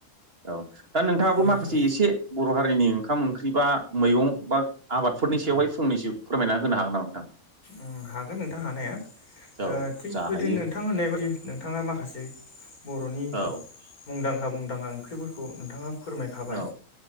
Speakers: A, on the right (about 45°); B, on the left (about 85°).
A: औ दा नोंथाङाबो
B: नंगौ
A: माखासे
B: नोंथां
A: एसे बर' हार रिनि ओंखाम ओंख्रि बा मैगं बा आबादफोरनि सायावहाय फंनैसो फोरमायना होनो हागोन नामा नोंथां?
B: ओं हागोन नोंथां हानाया। ओ
A: औ
B: थिग
A: जा
B: बिदिनो
A: हायो
B: नोंथां होननाय बायदि नोंथाङा माखासे बर'नि
A: औ
B: मुंदांखा मुंदांखा ओंख्रिफोर खौ नोंथाङा फोरमायखाबाय
A: औ